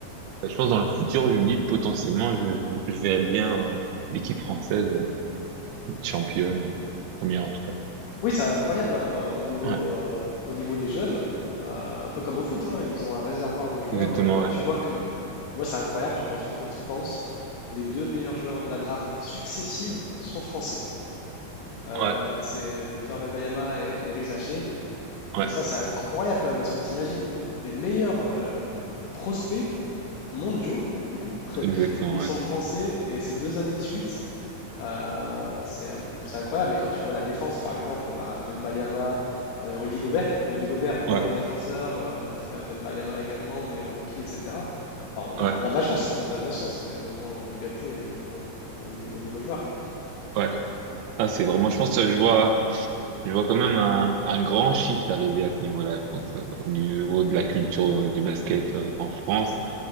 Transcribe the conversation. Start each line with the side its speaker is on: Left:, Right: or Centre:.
Right: Bah, je pense dans le futur, je me dis potentiellement, je, je verrais bien euh, l'équipe française euh, être championne, euh, première en tout cas.
Left: Oui, c'est incroyable hein, au niveau,
Right: Ouais,
Left: euh, au niveau des jeunes, euh, un peu comme au foot, hein, ils ont un réservoir de joueurs.
Right: exactement,
Left: euh, quand
Right: ouais.
Left: tu vois que, moi c'est incroyable quand j'y, quand y pense, les deux meilleurs joueurs de la draft successive sont français. Euh,
Right: Ouais,
Left: c'est euh, Victor Wembanyama et, et Riz Haché.
Right: ouais,
Left: Et ça c'est incroyable quand même parce que tu imagines les meilleurs euh, prospects mondiaux du coup,
Right: exactement,
Left: ils
Right: ouais.
Left: sont français et c'est deux années de suite. Euh, c'est un- c'est incroyable. Et quand tu vois la défense, par exemple, Ben Wembayama, euh, Rudy Gobert, Rudy Gobert, meilleur
Right: Ouais,
Left: défenseur, euh, euh, Wembayama également, meilleur rookie, etc. Enfin, on a,
Right: ouais,
Left: on a de la chance, on a de la chance, on est vraiment gâté au niveau, euh, au, ni- au niveau joueur.
Right: ouais. Ah, c'est vraiment, je pense, euh, je vois, je vois quand même un, un grand shift arriver à ce niveau-là, je pense, euh, au niveau de la culture euh, du basket euh, en France.